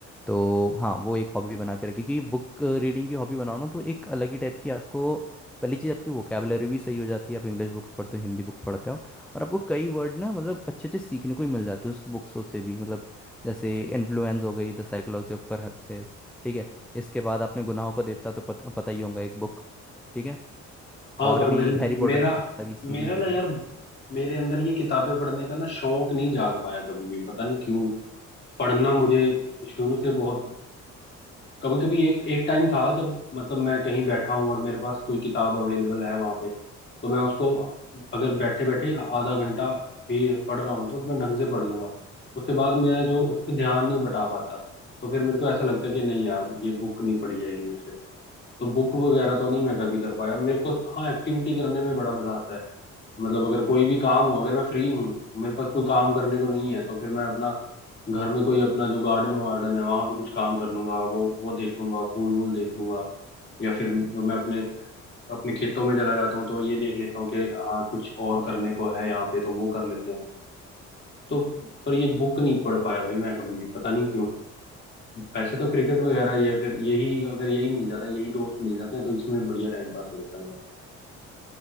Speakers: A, in the centre; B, on the left.
A: तो हाँ वो एक हॉबी बना के रखी क्योंकि बुक रीडिंग की हॉबी बनाओ ना तो एक अलग ही टाइप की आपको पहली चीज़ आपकी वोकेबलरी भी सही हो जाती है आप इंग्लिश बुक्स पढ़ते हो हिंदी बुक पढ़ते हो और आपको कई वर्ड ना मतलब अच्छे अच्छे सीखने को ही मिल जाते हैं उस बुक्सों से भी मतलब जैसे इन्फ्लुएंस हो गई द साइकोलॉजी ऑफ परहप्सेस ठीक है, इसके बाद आपने गुनाहों का देवता तो पत, पता ही होगा एक बुक ठीक है
B: हाँ
A: और
B: पर
A: भी
B: मैं
A: हैरी पॉटर
B: मेरा
A: की बहुत सारी सीरीज
B: मेरा ना
A: हो
B: यार
A: गई
B: मेरे अंदर ये किताबें पढ़ने का ना शौक नहीं जाग पाया कभी भी पता नहीं क्यों पढ़ना मुझे शुरू से बहुत कभी कभी एक एक टाइम था जब मतलब मैं कहीं बैठा हूँ और मेरे पास कोई किताब अवेलेबल है वहां पे तो मैं उसको अगर बैठे बैठे आधा घंटा भी पढ़ रहा हूँ तो मैं ढंग से पढ़ लूंगा उसके बाद मैं जो उस पर ध्यान नहीं बटा पाता तो फिर मेरे को ऐसा लगता है कि नहीं यार ये बुक नहीं पढ़ी जाएगी मेरे से तो बुक वगैरह तो नहीं मैं कभी कर पाया मेरे को हाँ एक्टिविटी करने में बड़ा मजा आता है मतलब अगर कोई भी काम हो अगर मैं फ्री हूँ मेरे पास कोई काम करने को नहीं है तो फिर मैं अपना घर में कोई अपना जो गार्डन वार्डन है वहां पे कुछ काम कर लूंगा वो वो देख लूंगा फूल वूल देख लूंगा या फिर जो मैं अपने अपने खेतों में चला जाता हूँ तो ये देख लेता हूँ कि हाँ कुछ और करने को है यहाँ पे तो वो कर लेते हैं तो पर ये बुक नहीं पढ़ पाया भाई मैं कभी भी पता नहीं क्यों वैसे तो क्रिकेट वगैरह ये फिर यही अगर यही मिल जाता है यही दोस्त मिल जाते हैं तो इसमें बढ़िया टाइम पास हो जाता है मेरा तो